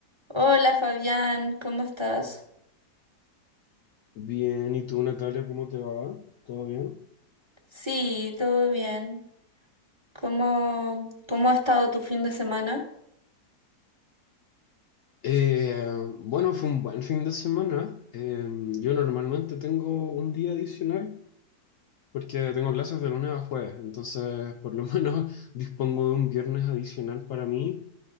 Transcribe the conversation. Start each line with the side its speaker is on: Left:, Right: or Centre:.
Right: Hola Fabián, ¿cómo estás?
Left: Bien, ¿y tú, Natalia, cómo te va? ¿Todo bien?
Right: Sí, todo bien. ¿Cómo, cómo ha estado tu fin de semana?
Left: Eh, bueno, fue un buen fin de semana. Eh, yo normalmente tengo un día adicional porque tengo clases de lunes a jueves, entonces por lo <laughs> menos dispongo de un viernes adicional para mí